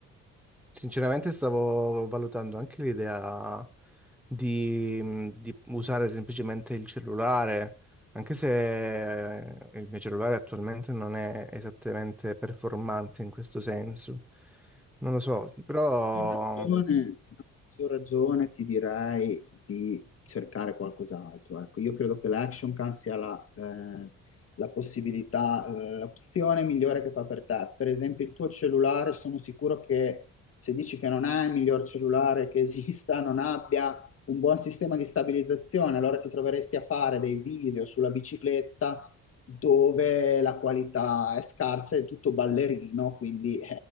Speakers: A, in the centre; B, on the left.
A: Sinceramente stavo valutando anche l'idea di, di usare semplicemente il cellulare, anche se eh, il mio cellulare attualmente non è esattamente performante in questo senso. Non lo so, però...
B: ragione, a maggior ragione ti direi di cercare qualcos'altro. Ecco, io credo che l'action can sia la, eh, la possibilità, eh, l'opzione migliore che fa per te. Per esempio, il tuo cellulare, sono sicuro che se dici che non hai il miglior cellulare che esista, non abbia un buon sistema di stabilizzazione, allora ti troveresti a fare dei video sulla bicicletta dove la qualità è scarsa, è tutto ballerino, quindi